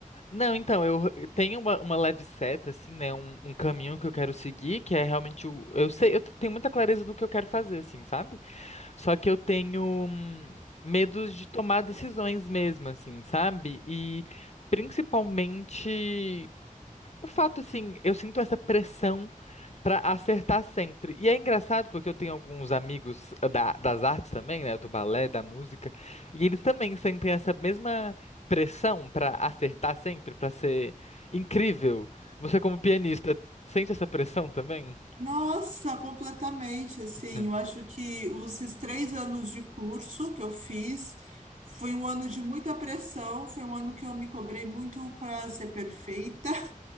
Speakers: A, on the left; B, on the right.
A: Não, então, eu eu tenho uma, uma leve seta, assim, né? Um, um caminho que eu quero seguir, que é realmente o. Eu sei, eu tenho muita clareza do que eu quero fazer, assim, sabe? Só que eu tenho hum, medos de tomar decisões mesmo, assim, sabe? E principalmente o fato, assim, eu sinto essa pressão. Pra acertar sempre. E é engraçado porque eu tenho alguns amigos ah, da- das artes também, né? Do balé, da música. E eles também sentem essa mesma pressão pra acertar sempre, pra ser incrível. Você, como pianista, sente essa pressão também?
B: Nossa, completamente, assim,
A: Hum.
B: eu acho que os esses três anos de curso que eu fiz foi um ano de muita pressão, foi um ano que eu me cobrei muito para ser perfeita,